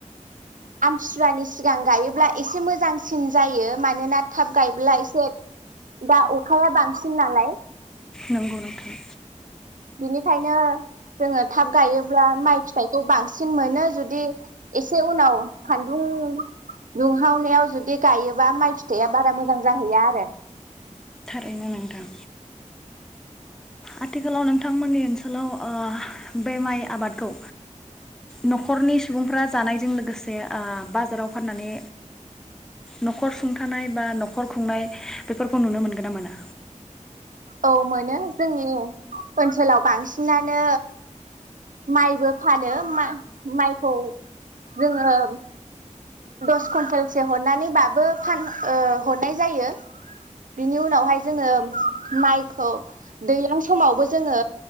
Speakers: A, on the right; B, in the centre.
A: आमथिुवानि सिगां गायोब्ला एसे मोजांसिन जायो मानोना थाब गायोब्ला एसे दा अखाया बांसिन नालाय
B: नंगौ नोंथां
A: बिनिखायनो जोङो थाब गायोब्ला माइ फिथाइखौ बांसिन मोनो जुदि एसे उनाव सान्दुं दुंहावनायाव जुदि गायोबा माइ फिथाइया बारा मोजां जाहैया आरो
B: थारैनो नोंथां आथिखालाव नोंथांमोननि ओनसोलाव बे माइ आबादखौ न'खरनि सुबुंफ्रा जानायजों लोगोसे बाजाराव फाननानै न'खर सुंथानाय बा न'खर खुंनाय बेफोरखौ नुनो मोनगोन ना मोना
A: औ मोनो जोंनि ओनसोलाव बांसिनानो माइबो फानो माइखौ जोङो दस कुन्टेलसे हरनानै बाबो फान हरनाय जायो बिनि उनावहाय जोङो माइखौ दैज्लां समावबो जोङो